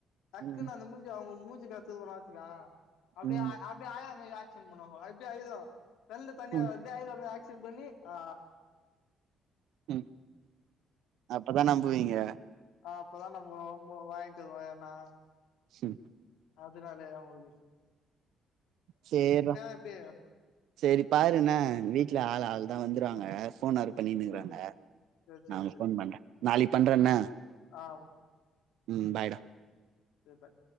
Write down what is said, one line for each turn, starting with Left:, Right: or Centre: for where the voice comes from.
Left: டக்குன்
Right: ம்
Left: அந்த மூஞ்ச அவுங்க மூஞ்சிகத் தூமனா வச்சுக்யா அப்டே
Right: ம்
Left: ஆய் அப்டே ஆயா மேரி ஆக்க்ஷன் பன்வாங்கோ அப்டி அய்து கண்ல தண்ணி
Right: ம்
Left: வரு அப்டே அய்ர மரி ஆக்க்ஷன் பண்ணி ஆ
Right: ம் அப்பதா நம்புவீங்க
Left: அ அப்பதா நம்புரொ <unintelligible> வாய்ன்டருவோ ஏனா
Right: ஹும்
Left: அதுனாலே அவுங்குளுக்கு
Right: சேர்ரா
Left: எப்டி
Right: சேரி பாருன வீட்ல ஆளா அல்தா வந்துறுவாங்க போனாரு பண்ணினுகுகாங்க
Left: சேரி சேரி சேரி சேரி
Right: நா உனக்
Left: சேரி
Right: ஃபோன் பண்ற நாளிக் பண்றன்ன
Left: சேரி ஆ
Right: ம் பாய்டா
Left: தேர் பாய்